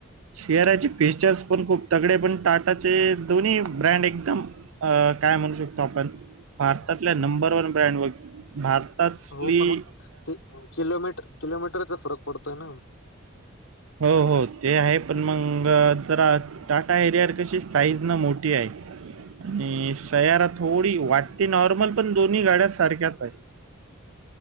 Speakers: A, on the right (about 75°); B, on the left (about 75°).
A: शेअराचे फीचर्स पण खूप तगडे पण टाटाचे दोन्ही ब्रँड एकदम. अ काय म्हणू शकतो आपण भारतातल्या नंबर वन ब्रँडवर भार तली.
B: हो पण मग ते किलोमीटर किलोमीटरचा फरक पडतोय ना.
A: हो हो ते आहे पण मग, मग जरा टाटा एरियार कशी साइज न मोठी आहे. आणि सयारा थोडी वाटते नॉर्मल पण दोन्ही गाड्या सारख्याच आहे.